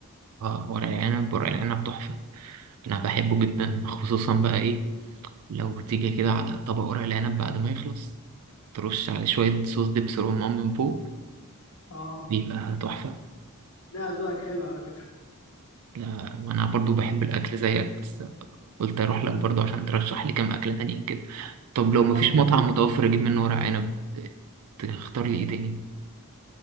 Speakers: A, on the right; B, on the left.
A: اه ورق العنب ورق العنب تحفه انا بحبه جدا خصوصا بقى ايه لو تيجي كده على طبق ورق العنب بعد ما يخلص ترش عليه شوية صوص دبس رمان من فوق
B: اه
A: بيبقى تحفة
B: ده ذوقك حلو على فكره
A: لا وأنا برضو بحب الأكل زيك بس قلت أروح لك برضو عشان ترشح لي كام أكلة تانية كده طب لو مفيش
B: اه
A: مطعم متوفر أجيب منه ورق عنب ت- تختار لي إيه تاني؟